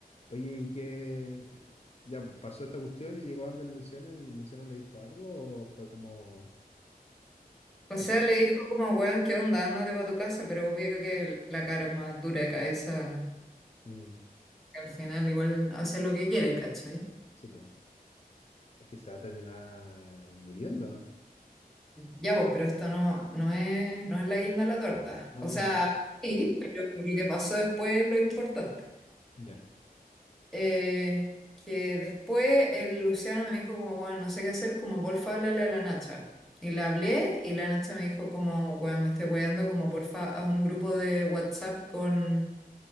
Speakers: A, on the left; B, in the centre.
A: Oye, ¿y qué? Ya, pues pasó esta cuestión y llegó Ander Luciano y Luciano le dijo algo o fue como...
B: O
A: eh,
B: sea, le dijo como, weón, ¿qué onda? Ándate para tu casa, pero obvio que la cara es más dura de cabeza,
A: mm,
B: que al final igual hace lo que quiere, ¿cachai?
A: sí, pues, es que se va a terminar muriendo.
B: Ya vos, pero esto no, no es, no es la guinda de la torta.
A: Ah,
B: O
A: ya.
B: sea, sí, pero lo que pasó después es lo importante.
A: <laughs> Ya.
B: Eh, que después el Luciano me dijo como, bueno, no sé qué hacer, como porfa, háblale a la Nacha. Y le hablé y la Nacha me dijo como, bueno, me estoy weando, como porfa, haz un grupo de WhatsApp con,